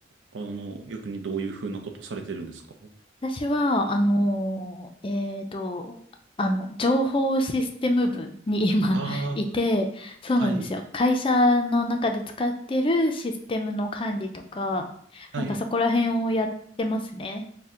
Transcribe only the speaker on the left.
私は、あのーえーと、あの、情報システム部に今
<laughs> いて、そうなんですよ。
会社の中で使ってるシステムの管理とか、
なんかそこら辺をやってますね。